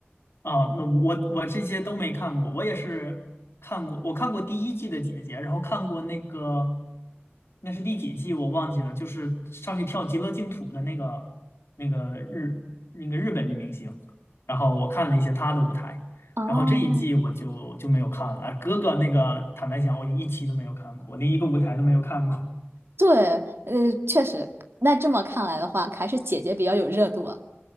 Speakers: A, on the left; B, on the right.
A: 啊，那我我这些都没看过，我也是看过，我看过第一季的姐姐，然后看过那个，那是第几季我忘记了，就是上去跳极乐净土的那个那个日那个日本女明星，然后我看了一些她的舞台，
B: 哦，
A: 然后这一季我就就没有看了，哥哥那个坦白讲我一期都没有看过，我连一个舞台都没有看过。
B: 对，呃，确实，那这么看来的话，还是姐姐比较有热度啊。